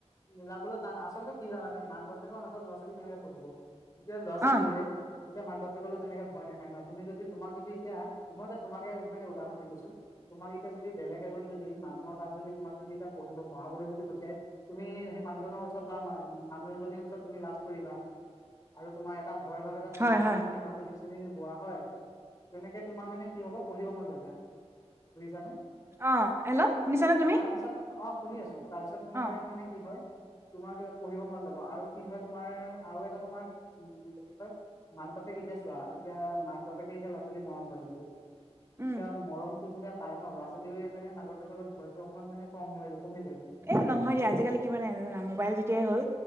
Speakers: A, on the left; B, on the right.
A: মিলাবলৈ টান আচলতে কি জানানে মাক বাপেকৰ হাতত ল'ৰা ছোৱালী কেনেকে পঢ়িব এতিয়া ল'ৰা ছোৱালীয়ে
B: অ
A: এতিয়া মাক বাপে কলে তেনেকে ভয় নাখায় ন তুমি যদি তোমাক যদি এতিয়া মই এ তোমাকে মানে উদাহৰণ দি কৈছো তোমাক এতিয়া যদি বেলেগ এজন যদি মানুহৰ তাত যদি তোমাক যদি এ পঢ পঢ়াবলৈ য <unintelligible> পঠিয়াই তুমি সেই মানুহজনৰ ওচৰত বা মানুহীৰ ওচৰত তুমি লাজ কৰিবা আৰু তোমাৰ এটা ভয় ভাৱ এটা থাকিব
B: হয় হয়
A: কাৰণ তুমি মানুহজনী চিনি নোপোৱা হয় তেনেকে তোমাৰ মানে কি হব পঢ়িব মন যাব বুজিছানে
B: অ হেল্ল' শুনিছানে তুমি
A: তাৰপিছত অ শুনি আছো তাৰপিছত তোমাৰ
B: অ
A: মানে কি হয় তোমাক পঢ়িব মন যাব আৰু কি হয় তোমাৰ আৰু এটা তোমাৰ হেৰি হয় মাক বাপেক এতিয়া চোৱা এতিয়া মাক বাপেকে এতিয়া ল'ৰা ছোৱালী মৰম কৰে বহুত
B: উম
A: এতিয়া মৰম যো পাই ন লৰা ছোৱালীয়ে মানে মাগতেপ ভয়তো অকমান মানে কম ন কমি যায়
B: এ নহয় দিয়া আজিকালি কিমানানে <unintelligible> জানা মোবাইল যেতিয়াই হ'ল